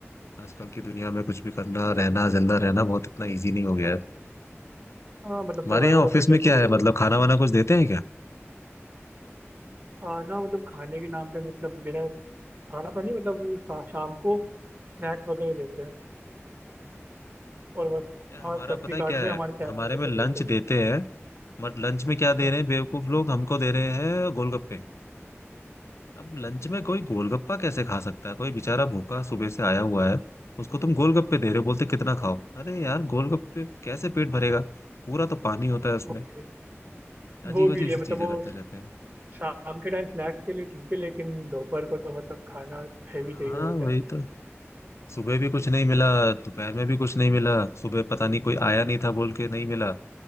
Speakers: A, on the left; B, on the right.
A: आजकल की दुनिया में कुछ भी करना रहना जिंदा रहना बहुत इतना इजी नहीं हो गया है
B: हाँ मतलब
A: हमारे
B: सर्वाइवल
A: यहाँ ऑफिस
B: ऑफ फिटेस्ट
A: में क्या
B: हो गया
A: है मतलब
B: है
A: खाना वाना कुछ देते हैं क्या
B: हाँ ना मतलब खाने के नाम पे मतलब बिना खाना तो नहीं मतलब शा- शाम को स्नैक्स वगैरह देते हैं
A: अच्छा
B: और बस
A: यार हमारा
B: हाँ फ्लेक्सी
A: पता है क्या
B: कार्ड में
A: है
B: हमारे सैलरी
A: हमारे
B: में
A: में
B: से
A: लंच
B: देते हैं
A: देते
B: बस
A: हैं बट लंच में क्या
B: अच्छा
A: दे रहे हैं बेवकूफ लोग हमको दे रहे हैं गोलगप्पे अब लंच में कोई गोलगप्पा कैसे खा सकता है कोई बेचारा भूखा सुबह से आया हुआ है उसको तुम गोलगप्पे दे रहे हो बोलते कितना खाओ अरे यार गोलगप्पे कैसे पेट भरेगा पूरा तो पानी होता है उसमें
B: वो भी है
A: अजीब
B: वो भी
A: अजीब
B: है मतलब
A: सी चीजें
B: वो
A: करते
B: श-
A: रहते हैं
B: शाम के टाइम स्नैक्स के लिए ठीक है लेकिन दोपहर को तो मतलब खाना हैवी
A: हाँ
B: चाहिए होता
A: वही तो सुबह भी कुछ नहीं मिला दोपहर में भी कुछ नहीं मिला सुबह पता नहीं कोई आया नहीं था बोल के नहीं मिला